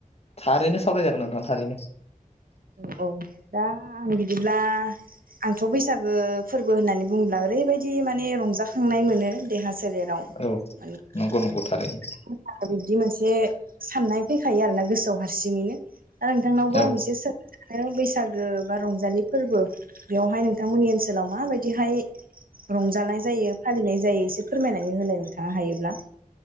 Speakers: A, on the left (about 45°); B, on the right (about 85°).
A: थारैनो सावरायजागोन नोंथां थारैनो
B: औ औ दा आं बिदिब्ला आंथ' बैसागो फोरबो होननानै बुङोब्ला ओरैबायदि माने रंजाखांनाय मोनो देहा सोलेराव
A: औ
B: <unintelligible>
A: नंगौ नंगौ थारैनो
B: बिब्दि मोनसे बे साननाय फैखायो आरोना गोसोआव हारसिङैनो दा नोंथांनावबो
A: औ
B: आं एसे सों आरो बैसागो बा रंजालि फोरबो बेयावहाय नोंथांमोननि ओनसोलाव माबायदिहाय रंजानाय जायो फालिनाय जायो एसे फोरमायनानै होलाय नोंथांङा हायोब्ला।